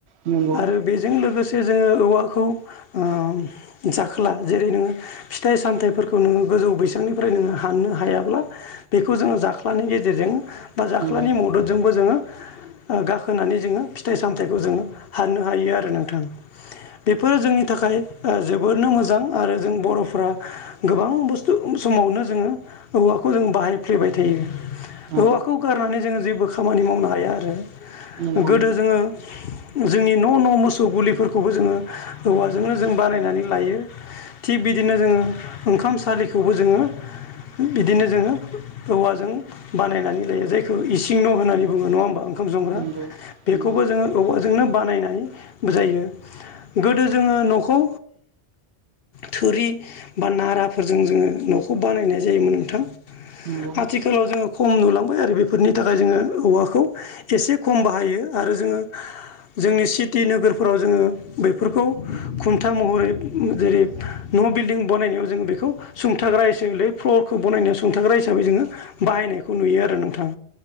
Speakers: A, on the right; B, on the left.
A: नंगौ
B: आरो बेजों लोगोसे जोङो औवाखौ ओ जाखोला जेरै नोङो फिथाइ सामथाइफोरखौ नोङो गोजौ बैसांनिफ्राय नोङो हाननो हायाब्ला। बेखौ जोङो जाख्लानि गेजेरजों बा जाख्लानि
A: नंगौ
B: मददजोंबो जोङो ओ गाखोनानै जोङो फिथाइ सामथायाइखौ जोङो हाननो हायो आरो नोंथां। बेबो जोंनि थाखाय जोबोरनो मोजां आरो जों बर'फ्रा गोबां बुस्थु समावनो जोङो औवाखौ जों बाहायफ्लेबाय थायो।
A: औ
B: हौवाखौ गारनानै जोङो जेबो खामानि मावनो हाया आरो
A: नंगौ
B: गोदो
A: नंगौ
B: जोङो जोंनि न' न' मोसौ गुलिफोर खौबो जोङो हौवाजोंनो जों बानायनानै लायो। थिग बिदिनो जोङो ओंखाम सलिखौबो जोङो बिदिनो जोङो औवाजों बानायनानै लायो जायखौ इसिं न' होननानै बुङ नङा होनबा। ओंखाम संग्रा
A: नंगौ
B: बेखौबो
A: नंगौ
B: जोङो औवाजोंनो बानायनाय जायो। गोदो जोङो न'खौ थोरि बा नाराफोरजों जोङो न'खौ बानायनाय जायोमोन नोंथां।
A: नंगौ औ
B: आथिखालाव जोङो खम नुलांबाय आरो बेफोरनि थाखाय जोङो औवाखौ एसे खम बाहायो आरो जोङो जोंनि सिटि नोगोरफोराव जोङो बेफोरखौ खुन्था महरै जेरै न' बिल्डिं बानायनायाव जोंङो बेखौ सुंथाग्रा हिसाबैलै फ्लरखौ बनायनायाव सुंथाग्रा हिसाबै जोङो बाहायनायखौ नुयो आरो नोंथां